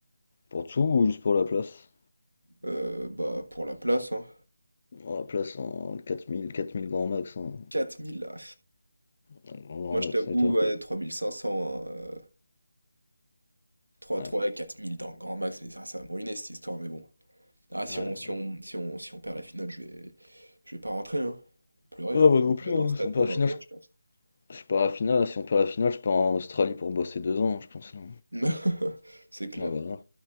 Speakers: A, on the left; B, on the right.
A: pour tout ou juste pour la place?
B: Euh, bah, pour la place, hein.
A: Oh, la place en quatre mille, quatre mille grand max, hein.
B: 4000, là.
A: Grand, grand
B: Moi, je
A: max,
B: t'avoue,
A: et toi?
B: ouais, 3500, hein, euh, 3,
A: Ouais,
B: 3, 4000 dans le grand max, mais ça, ça va me ruiner cette histoire, mais bon. Ah, si
A: ouais,
B: on, si
A: ouais.
B: on, si on, si on perd la finale, je vais, je vais pas rentrer, hein. Pleurer,
A: Ouais,
B: hein.
A: moi non plus,
B: Je vais dans
A: hein.
B: le stade
A: Si on perd
B: pendant
A: la finale,
B: un mois,
A: je,
B: je pense.
A: je pars à la finale. Si on perd la finale, je pars en Australie pour bosser deux ans, je pense. là.
B: <laughs> C'est clair.
A: Ah bah non.